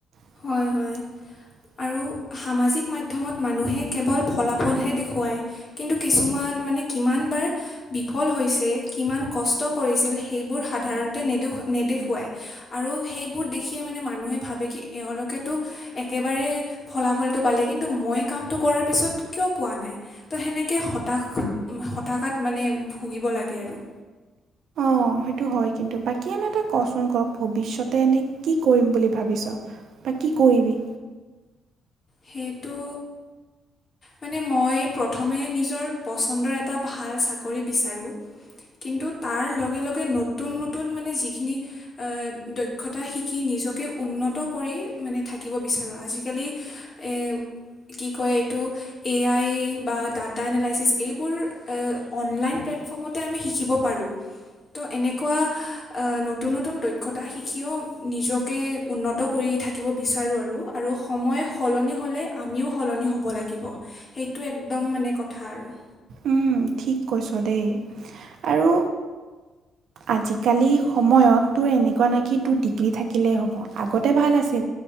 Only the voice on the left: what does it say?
হয় হয় আৰু সামাজিক মাধ্যমত মানুহে কেৱল ফলাফলহে দেখুৱায়। কিন্তু কিছুমান মানে কিমান বাৰ বিফল হৈছে কিমান কষ্ট কৰিছিল সেইবোৰ সাধাৰণতে নেদেখুৱা-নেদেখুৱায়। আৰু সেইবোৰ দেখিয়ে মানে মানুহে ভাবে কি এওলোকেতো একেবাৰে ফলাফলটো পালে কিন্তু মই কামটো কৰাৰ পিছত কিয় পোৱা নাই। ত' সেনেকে হতাশ হতাশাত মানে ভুগিব লাগে আৰু।
সেইটো মানে মই প্ৰথমে নিজৰ পচন্দৰ এটা ভাল চাকৰি বিচাৰো। কিন্তু তাৰ লগে, লগে নতুন, নতুন মানে যিখিনি দক্ষতা শিকি নিজকে উন্নত কৰি মানে থাকিব বিচাৰোঁ আজিকালি এই কি কয় এইটো এ আই বা ডাটা এনালাইচিছ এইবোৰ অনলাইন প্লেটফৰ্মত তে আমি শিকিব পাৰো। ত' এনেকুৱা নতুন, নতুন দক্ষতা শিকিও নিজকে উন্নত কৰি থাকিব বিচাৰো আৰু আৰু সময় সলনি হ'লে আমিও সলনি হ'ব লাগিব সেইটো একদম মানে কথা আৰু